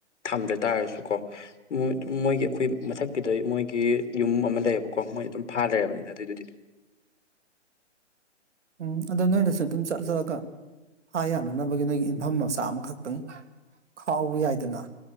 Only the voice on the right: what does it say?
ꯎꯝ ꯑꯗꯨ ꯅꯣꯏꯅꯁ ꯑꯗꯨꯝ ꯆꯠ ꯆꯠꯂꯒ ꯐꯥ ꯌꯥꯅꯅꯕꯒꯤ ꯅꯣꯏꯒꯤ ꯌꯨꯝꯐꯝ ꯃꯆꯥ ꯑꯃꯈꯛꯇꯪ ꯈꯥꯎꯕ ꯌꯥꯏꯗꯅ